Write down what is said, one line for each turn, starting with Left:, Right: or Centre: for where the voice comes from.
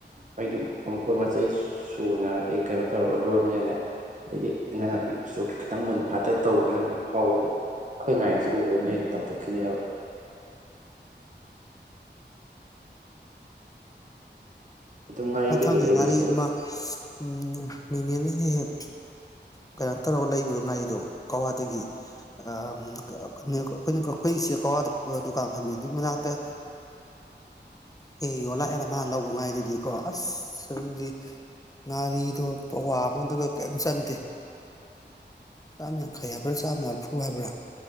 Right: ꯑꯩꯣꯏꯒꯤ ꯑꯃꯨꯛꯣꯏ ꯃꯆꯩ ꯁꯨꯅ ꯑꯗꯩ ꯀꯩꯅꯣ ꯇꯧꯔꯒ ꯂꯣꯟꯕꯅꯤꯅꯦ ꯑꯗꯒꯤ ꯏꯟꯅꯥ ꯅꯥꯄꯤꯒꯤꯁꯨ ꯈꯤꯇꯪ ꯃꯨꯟ ꯐꯥꯠꯇꯅ ꯇꯧꯕꯅꯤꯅ ꯑꯗꯨꯝ ꯍꯥꯎꯕꯗꯣ ꯑꯩꯈꯣꯏ ꯉꯥꯏꯔꯤꯁꯤ ꯎꯕꯗꯨ ꯅ ꯑꯩ ꯇꯧꯊꯣꯛꯈꯤꯅꯦ ꯍꯥꯏꯕ ꯑꯗꯨꯝ ꯉꯥꯔꯤ
Left: ꯃꯊꯪꯗꯩ
Right: ꯀꯩꯀꯩ ꯂꯩꯕꯁꯤꯁꯨ
Left: ꯉꯥꯔꯤ ꯑꯃ ꯎꯝ ꯅꯦꯅꯦꯅ ꯍꯦꯛ ꯍꯦꯛ ꯀꯩꯅꯣ ꯇꯧꯔꯒ ꯂꯩꯕ ꯉꯥꯔꯤꯗꯣ ꯀꯋꯥꯗꯒꯤ ꯑꯩꯈꯣꯏꯅ ꯑꯩꯈꯣꯏ ꯏꯆꯦ ꯀꯋꯥꯗ ꯗꯨꯀꯥꯟ ꯐꯝꯃꯤꯗꯨꯒꯤ ꯃꯅꯥꯛꯇ ꯍꯦꯛ ꯌꯣꯜꯂꯥꯛꯑꯦꯅ ꯃꯥꯅ ꯂꯧꯕ ꯉꯥꯏꯔꯤꯗꯨꯗꯤ ꯀꯣ ꯑꯁ ꯑꯗꯨꯗꯤ ꯉꯗꯤꯗꯨ ꯄ ꯋꯥ ꯑꯩꯉꯣꯟꯗꯨ ꯀꯔꯤꯝ ꯆꯟꯗꯦ ꯆꯥꯝ ꯌꯥꯡꯈꯩ ꯍꯥꯏꯕ꯭ꯔꯥ ꯆꯥꯝꯃ ꯃꯔꯤꯐꯨ ꯍꯥꯏꯕ꯭ꯔꯥ